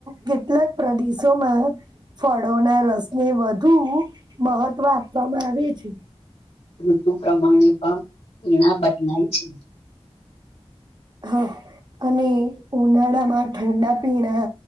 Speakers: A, on the right (about 40°); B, on the left (about 75°).
A: કેટલાક પ્રદેશોમાં ફળોના રસને વધુ મહત્વ આપવામાં આવી છે
B: ઋતુ પ્રમાણે પણ પીણા બદલાય છે
A: હા અને ઉનાળામાં ઠંડા પીણા